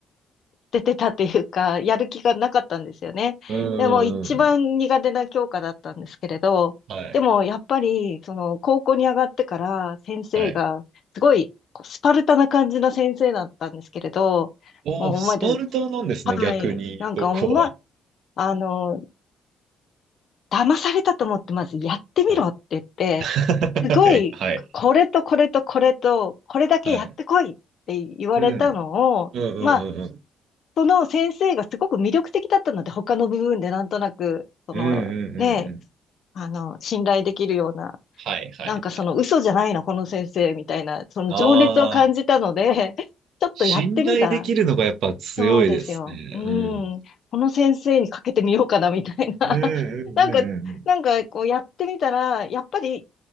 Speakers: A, on the left (about 60°); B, on the right (about 70°).
A: 出てたっていうか、<laughs> やる気がなかったんですよね。
B: うん。
A: でも、一番苦手な教科だったんですけれど、
B: うん。はい。
A: でも、やっぱり、その、高校に上がってから、先生が、
B: はい。
A: すごい、こうスパルタな感じの先生だったんですけれど、
B: おー、
A: もうお前たち
B: スパルタなんですね、
A: はい。
B: 逆に、
A: なんか、
B: そこは。
A: おま、あの、騙されたと思って、まずやってみろって言って、
B: はい。<laughs>
A: すごい、
B: はい。はい。
A: これとこれとこれと、これだけやってこいって言われたのを、
B: はいうん。うんうんうんうん。
A: まあ、その先生がすごく魅力的だったので、他の部分でなんとなく、その、
B: うんうんうんうん。
A: ね、あの、信頼できるような、
B: はいはい。
A: なんかその嘘じゃないの、この先生みたいな、その情熱を感じたので、
B: ああ、
A: ちょっとやってみたら、
B: 信頼できるのがやっぱ強いですね。
A: そうですよ。う
B: うん。
A: ん。この先生にかけてみようかな、みたいな。
B: うんうんうんうんうん。
A: <laughs> なんか、なんか、こうやってみたら、やっぱり、